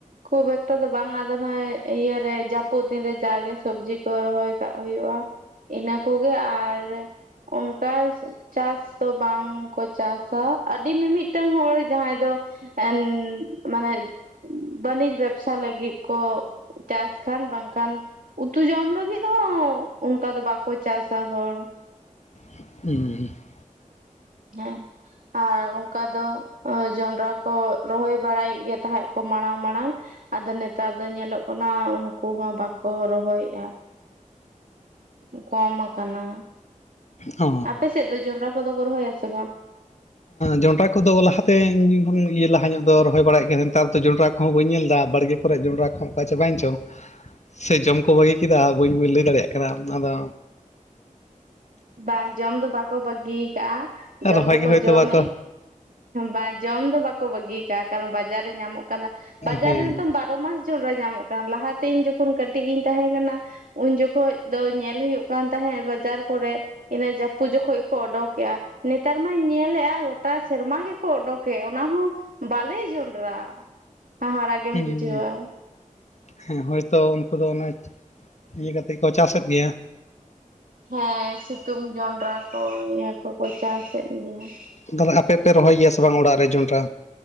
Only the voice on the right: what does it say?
ᱠᱷᱩᱵ ᱮᱠᱴᱟ ᱫᱚ ᱵᱟᱝ ᱟᱨ ᱟᱫᱚ ᱦᱚᱸᱜ ᱼᱚᱭ ᱤᱭᱟᱹ ᱨᱮ ᱡᱟᱹᱯᱩᱫ ᱫᱤᱱ ᱨᱮ ᱡᱟᱜᱮ ᱥᱚᱵᱽᱡᱤ ᱠᱚ ᱨᱚᱦᱚᱭ ᱠᱟᱜ ᱦᱳᱭᱳᱜᱼᱟ ᱤᱱᱟᱹ ᱠᱚ ᱜᱮ ᱟᱨ ᱚᱱᱠᱟ ᱪᱟᱥ ᱫᱚ ᱵᱟᱝᱠᱚ ᱪᱟᱥᱟ ᱟᱹᱰᱤ ᱢᱤᱢᱤᱫᱴᱟᱝ ᱦᱚᱲ ᱡᱟᱦᱟᱸᱭ ᱫᱚ ᱮ ᱢᱟᱱᱮ ᱵᱟᱹᱱᱤᱡᱽ ᱵᱮᱵᱥᱟ ᱞᱟᱹᱜᱤᱫ ᱠᱚ ᱪᱟᱥ ᱠᱷᱟᱱ ᱵᱟᱝᱠᱷᱟᱱ ᱩᱛᱩ ᱡᱚᱢ ᱞᱟᱹᱜᱤᱫ ᱦᱚᱸ ᱚᱱᱠᱟ ᱫᱚ ᱵᱟᱠᱚ ᱪᱟᱥᱟ ᱦᱚᱲ
ᱦᱮᱸ ᱟᱨ ᱚᱝᱠᱟ ᱫᱚ ᱡᱚᱱᱰᱨᱟ ᱠᱚ ᱨᱚᱦᱚᱭ ᱵᱟᱲᱟᱭᱮᱫ ᱜᱮ ᱛᱟᱦᱮᱸᱜ ᱠᱚ ᱢᱟᱲᱟᱝ ᱢᱟᱲᱟᱝ ᱟᱫᱚ ᱱᱮᱛᱟᱨ ᱫᱚ ᱧᱮᱞᱚᱜ ᱠᱟᱱᱟ ᱩᱱᱠᱩ ᱦᱚᱸ ᱵᱟᱠᱚ ᱨᱚᱦᱚᱭᱮᱜᱼᱟ᱾ ᱠᱚᱢ ᱟᱠᱟᱱᱟ
ᱟᱯᱮ ᱥᱮᱫ ᱫᱚ ᱡᱚᱱᱰᱨᱟ ᱠᱚᱫᱚ ᱠᱚ ᱨᱚᱦᱚᱭᱟ ᱥᱮ ᱵᱟᱝ?
ᱵᱟᱝ ᱡᱚᱢ ᱫᱚ ᱵᱟᱠᱚ ᱵᱟᱹᱜᱤ ᱠᱟᱜᱼᱟ ᱡᱚᱢ
ᱫᱚᱠᱚ
ᱡᱚᱢᱮᱜ
ᱵᱟᱝ ᱡᱚᱢ ᱫᱚ ᱵᱟᱠᱚ ᱵᱟᱹᱜᱤ ᱠᱟᱜᱼᱟ ᱠᱟᱨᱚᱱ ᱵᱟᱡᱟᱨ ᱨᱮ ᱧᱟᱢᱚᱜ ᱠᱟᱱᱟ ᱵᱟᱡᱟᱨ
ᱨᱮ ᱫᱚᱢ ᱵᱟᱜ ᱵᱟᱨᱚ ᱢᱟᱥ ᱡᱚᱱᱰᱨᱟ ᱧᱟᱢᱚᱜ ᱠᱟᱱᱟ ᱞᱟᱦᱟᱛᱮ ᱤᱧ ᱡᱚᱠᱷᱚᱱ ᱠᱟᱹᱴᱤᱡ ᱜᱤᱧ ᱛᱟᱦᱮᱸ ᱠᱟᱱᱟ ᱩᱱ ᱡᱚᱠᱷᱚᱡ ᱫᱚ ᱧᱮᱞ ᱦᱩᱭᱩᱜ ᱠᱟᱱ ᱛᱟᱦᱮᱸᱜ ᱵᱟᱡᱟᱨ ᱠᱚᱨᱮ ᱤᱱᱟᱹ ᱡᱟᱹᱯᱩᱫ ᱡᱚᱠᱷᱚᱡ ᱠᱚ ᱚᱰᱚᱠᱮᱜᱼᱟ ᱱᱮᱛᱟᱨ ᱢᱟᱧ ᱧᱮᱞᱮᱜᱼᱟ ᱜᱚᱴᱟ ᱥᱮᱨᱢᱟ ᱜᱮᱠᱚ ᱚᱰᱚᱠᱮᱜ ᱚᱱᱟ ᱦᱚᱸ ᱵᱟᱞᱮ ᱡᱚᱱᱰᱨᱟ ᱦᱟᱦᱟᱲᱟ ᱜᱮᱢ
ᱵᱩᱡᱷᱟᱹᱣᱟ
ᱦᱮᱸ ᱥᱤᱛᱩᱝ ᱡᱚᱱᱰᱨᱟ ᱠᱚ ᱤᱭᱟᱹ ᱠᱚᱠᱚ ᱪᱟᱥᱮᱜ ᱜᱮᱭᱟ